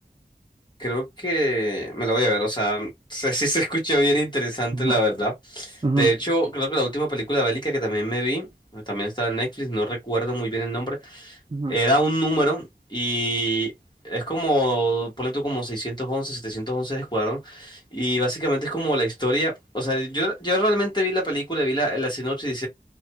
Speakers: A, on the left; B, on the right.
A: Creo que me la voy a ver, o sea, <laughs> sé si se escucha bien interesante,
B: Ujú,
A: la verdad.
B: ujú,
A: De hecho, creo que la última película bélica que también me vi, también estaba en Netflix, no recuerdo muy bien el nombre,
B: ujú,
A: era un número y es como, ponle tú como 611, 711 de Escuadrón. Y básicamente es como la historia, o sea, yo, yo realmente vi la película, vi la, la sinopsis